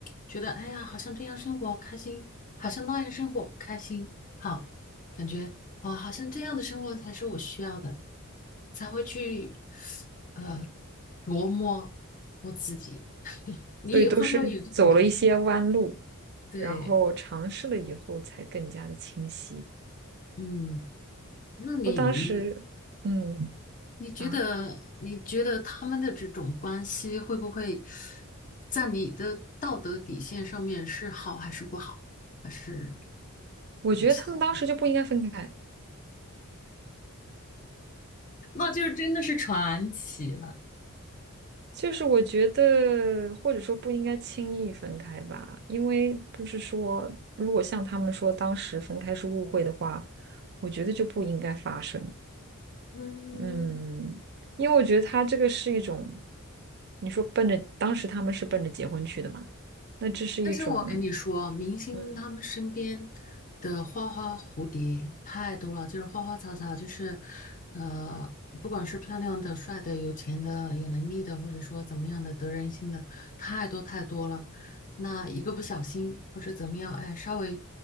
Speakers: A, on the left; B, on the right.
A: 觉得哎呀，好像这样生活开心，好像那样生活不开心，好。感觉哦，好像这样的生活才是我需要的，才会去呃琢磨我自己。<laughs> 你也会不会有这种情况？
B: 所以都是走了一些弯路，
A: 对，
B: 然后尝试了以后才更加的清晰。
A: 嗯，那你你
B: 我当时，嗯
A: 你觉得你觉得他们的这种关系会不会
B: 啊，
A: 在你的道德底线上面是好还是不好，还是
B: 我觉得他们当时就不应该分开，
A: 有其他？那就真的是传奇了。
B: 就是我觉得或者说不应该轻易分开吧，因为不是说如果像他们说当时分开是误会的话，我觉得就不应该发生。
A: 嗯，
B: 嗯，因为我觉得他这个是一种，你说奔着当时他们是奔着结婚去的嘛，那这是一种，
A: 但是我跟你说，明星他们身边
B: 嗯
A: 的花花蝴蝶太多了，就是花花草草，就是呃，不管是漂亮的、帅的、有钱的、有能力的，或者说怎么样的得人心的，太多太多了。那一个不小心或者怎么样，哎，稍微